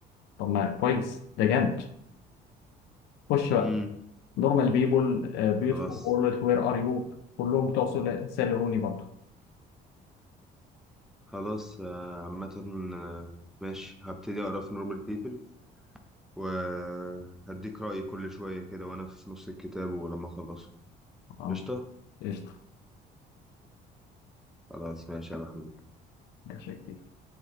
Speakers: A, on the left; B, in the centre.
A: طب ما كويس ده جامد خش بقى
B: امم
A: نورمال بيبول بيوتفول
B: خلاص
A: وورلد، وير ار يو كلهم بتوع سل- سالي روني برضه
B: خلاص آه، عامة آه، ماشي هبتدي أقرأ في نورمال بيبل وهديك رأيي كل شوية كده وأنا في نص الكتاب ولما أخلصه
A: اه
B: قشطة؟
A: قشطه
B: خلاص ماشي يا محمود
A: ماشي يا كبير.